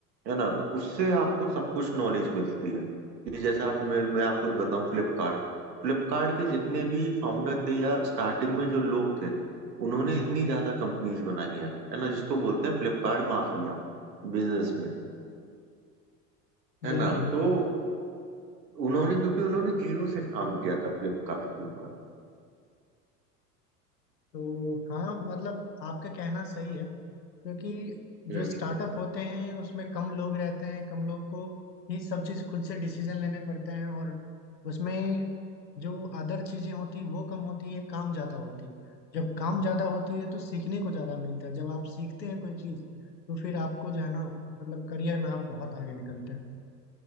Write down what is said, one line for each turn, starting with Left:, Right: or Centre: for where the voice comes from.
Right: है ना तो उससे आपको सब कुछ नॉलेज मिलती है कि जैसे आप मैं, मैं आपको बताऊं फ्लिपकार्ट फ्लिपकार्ट के जितने भी फाउंडर थे या स्टार्टिंग में जो लोग थे उन्होंने इतनी ज्यादा कंपनीज बनाई हैं है ना जिसको बोलते हैं फ्लिपकार्ट माफिया बिजनेस में
Left: हूँ
Right: है
Left: बिल्कुल
Right: ना
Left: बिल्कुल
Right: तो उन्होंने क्योंकि उन्होंने जीरो से काम किया था फ्लिपकार्ट के ऊपर
Left: तो हाँ मतलब आपका कहना सही है क्योंकि जो
Right: हम्म
Left: स्टार्टअप होते हैं उसमें कम लोग रहते हैं कम लोग को ही सब चीज़ खुद से डिसीजन लेने पड़ते हैं और उसमें जो अदर चीज़ें होती है वो कम होती है काम ज़्यादा होती है जब काम ज़्यादा होती है तो सीखने को ज़्यादा मिलता है जब आप सीखते हैं कोई चीज़ तो फिर आपको जो है ना मतलब करियर में आप बहुत आगे निकलते